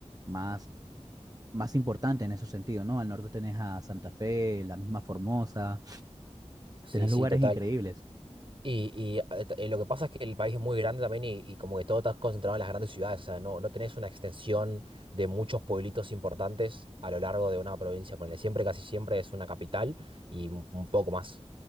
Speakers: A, on the right; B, on the right.
A: más más importante en ese sentido, ¿no? Al norte tenés a Santa Fe, la misma Formosa,
B: Sí,
A: tenés
B: sí,
A: lugares
B: total.
A: increíbles.
B: Y, y, eh, t- eh, lo que pasa es que el país es muy grande también y, y como que todo está concentrado en las grandes ciudades, o sea, no, no tenés una extensión de muchos pueblitos importantes a lo largo de una provincia, ponele, siempre, casi siempre es una capital y un un poco más.